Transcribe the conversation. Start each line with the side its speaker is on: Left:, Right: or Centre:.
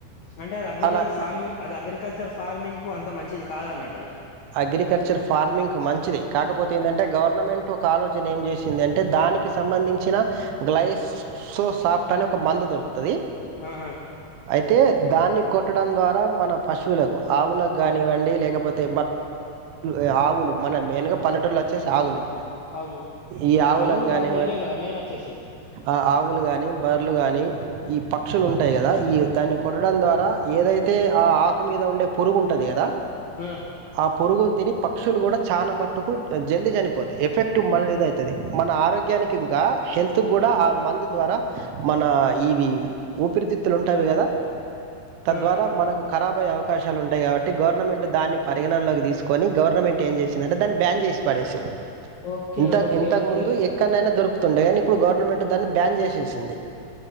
Left: అంటే అది అగ్రికల్చ
Right: అలా
Left: ఫార్మింగ్ అది అగ్రికల్చర్ ఫార్మింగ్ కు అంత మంచిది కాద అన్నట్టు అది
Right: అగ్రికల్చర్ ఫార్మింగ్ మంచిదె. కాకపోతే ఏంటంటే గవర్నమెంట్ ఒక ఆలోచ ఏం చేసింది అంటే దానికి కి సంబంధించిన గ్లైసో సాఫ్ట్ అని ఒక మందు దొరుకుతుంది
Left: ఆహా
Right: అయితే దాన్ని కొట్టడం ద్వారా మన పశువులకు, ఆవులకు కానివ్వండి లేకపోతే ఏ ఆవులు మన మెయిన్గా పల్లెటూల్లో వచ్చేసి ఆవులు
Left: అవును
Right: ఈ ఆవులకు
Left: ఆవులు
Right: కానివ,
Left: బర్రెలు ఇవే కదా మెయిన్ వచ్చేసి
Right: ఆ ఆవులు గాని బర్లు గాని, ఈ పక్షులు ఉంటయి గదా. ఈ దాన్ని
Left: ఉమ్
Right: కొట్టడం ద్వారా ఏదైతే ఆ ఆకు మీద ఉండే పురుగు ఉంటుంది కదా.
Left: ఆ
Right: ఆ పురుగుని తిని పక్షులు కూడా చానమట్టుకు జల్ది చనిపోతయి, ఎఫెక్ట్ మనమీద
Left: ఓ,
Right: అయితది. మన ఆరోగ్యానికి ఇంకా హెల్త్ గుడ ఆ మందు ద్వారా, మన ఇవి ఊపిరితిత్తులు ఉంటవి కదా తద్వారా
Left: ఆ
Right: మనకు కరాబయ్యే అవకాశాలు ఉంటయి కాబట్టి, గవర్నమెంట్ దాన్ని పరిగణంలోకి తీసుకొని గవర్నమెంట్ ఏం చేసిందంటే, దాన్ని బ్యాన్ చేసి పడేసింది.
Left: ఓకే
Right: ఇంత
Left: ఓకే
Right: ఇంతకు
Left: ఓకే
Right: ముందు ఎక్కన్నేనా దొరుకుతుండే గనీ ఇప్పుడు గవర్నమెంట్ దాన్ని బ్యాన్ చేసేసింది.